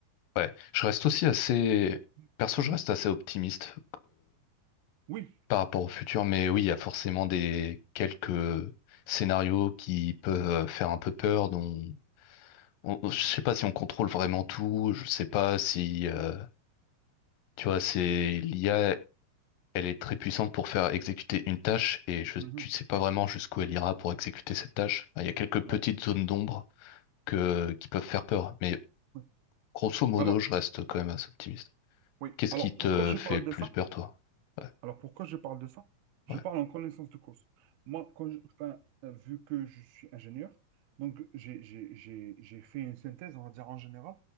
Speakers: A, on the left (about 70°); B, on the right (about 85°).
A: ouais. Je reste aussi assez,
B: Ça, c'est-
A: perso,
B: Mhm.
A: je reste assez optimiste.
B: Oui.
A: par rapport au futur, mais oui, il y a forcément des quelques scénarios qui peuvent euh, faire un peu peur, dont on, on- je
B: Mhm.
A: sais pas si on contrôle vraiment tout, je sais pas si euh, tu vois, c'est l'IA, elle est très puissante pour faire exécuter une tâche et je,
B: Mhm.
A: tu sais pas vraiment jusqu'où elle ira pour exécuter cette tâche. Enfin, Il y a quelques petites
B: Ouais.
A: zones d'ombre que
B: Ouais.
A: qui peuvent faire peur, mais
B: Ouais.
A: grosso modo,
B: Alors,
A: je reste quand même assez optimiste.
B: oui.
A: Qu'est-ce
B: Alors,
A: qui te
B: pourquoi je
A: fait
B: parle
A: le plus
B: de ça?
A: peur, toi? Ouais,
B: Alors pourquoi je parle de ça? Je
A: ouais,
B: parle en connaissance de cause. Moi, quand je- enfin, euh, vu que je suis ingénieur, donc j'ai j'ai- j'ai- j'ai fait une synthèse, on va dire en général,